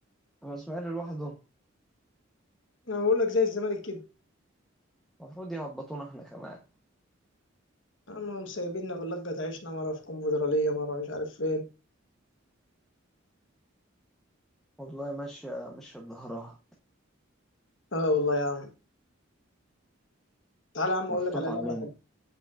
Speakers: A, in the centre; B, on the left.
A: هو الاسماعيلي لوحده
B: انا بقول لك زي الزمالك كده
A: المفروض يهبطونا احنا كمان
B: هم سايبيننا باللقة تعيشنا مرة في كونفدرالية مرة مش عارف فين
A: والله ماشية ماشية بظهرها
B: اه والله يا عم تعالى يا عم
A: محطوط
B: اقول لك على
A: علينا
B: لعبة حلوة